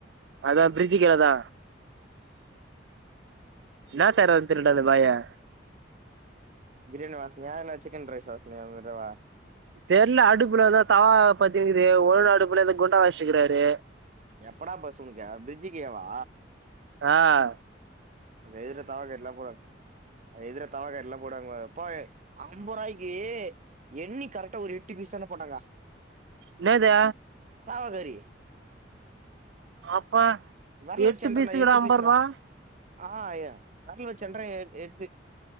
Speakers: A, on the right; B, on the right.
A: அதா ப்ரிஜ்ஜுகிலதா இன்னா தரேன்டு இருந்த அந்த பாயா
B: பிரியாணி வாசினியா இல்ல சிக்கன் ரைஸு வாசினியா இந்தடவ
A: தெர்ல அடுப்புல எதா தவா பாத்திக்குது ஒரு அடுப்புல எதா குண்டா வச்சுக்கிறாரு
B: எப்படா பஸ்ஸு உனக்கு பிரிட்ஜு கேவா
A: ஆஹ்
B: அது எதுல தவக்கட்லா போ அது எதுல தவ கட்லா போடுவாங்க அப்பா அம்ப ரூவாய்க்கு எண்ணி கரெக்டா ஒரு எட்டு பீஸ் தான்டா போட்டாங்க
A: என்னது
B: பாவகரி
A: அப்பா
B: வெரல
A: எட்டு
B: வெச்சு என்றன்டா
A: பீஸுக்குடா
B: எட்டு
A: அம்பது
B: பீஸ்றா
A: ரூபா
B: ஆ ய வெரல் வெச்சு என்ற ஏ எட்டு